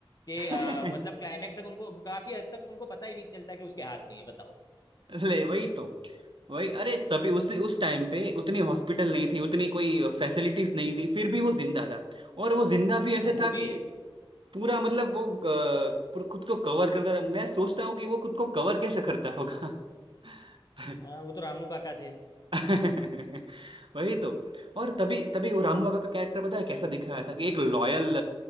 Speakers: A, on the left (about 40°); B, on the right (about 60°).
A: कि
B: <laughs>
A: अ, मतलब क्लाइमैक्स तक उनको काफी हद तक उनको पता ही नहीं चलता कि उसके हाथ नहीं है बताओ
B: ले वही तो वही अरे तभी उस उस टाइम पे उतनी हॉस्पिटल नहीं थी उतनी कोई फैसिलिटीज नहीं थी फिर भी वो जिंदा था और वो जिंदा भी ऐसे
A: हाँ वो
B: था
A: भी
B: कि
A: है
B: पूरा मतलब वो अ, पूरा खुद को कवर करता था मैं सोचता हूँ कि वो खुद को कवर कैसे करता होगा <laughs>
A: हाँ वो तो रामू काका थे
B: <laughs> वही तो और तभी तभी वो रामू काका का कैरेक्टर पता है कैसा दिखाया था कि एक लॉयल